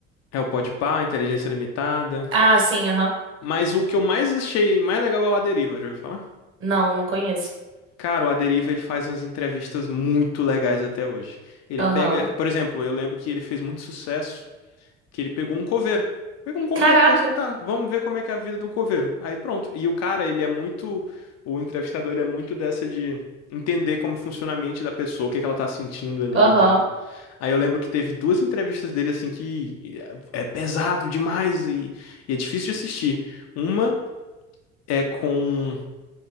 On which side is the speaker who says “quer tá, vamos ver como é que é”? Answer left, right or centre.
Left